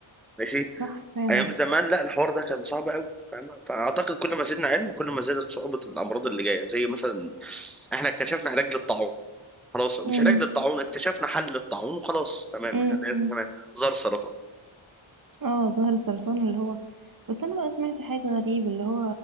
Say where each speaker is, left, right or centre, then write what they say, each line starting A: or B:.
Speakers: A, in the centre; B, on the right.
A: ماشي
B: صح فعلا
A: ايام زمان لا الحوار ده كان صعب قوي فاهمه فاعتقد كل ما زدنا علم كل ما زادت صعوبه الامراض اللي جايه زي مثلا احنا اكتشفنا علاج للطاعون خلاص مش
B: امم
A: علاج للطاعون اكتشفنا حل للطاعون وخلاص تمام
B: امم
A: احنا بقينا تمام ظهر سرطان
B: اه ظهر السرطان اللي هو بس انا بقى سمعت حاجة غريبة اللي هو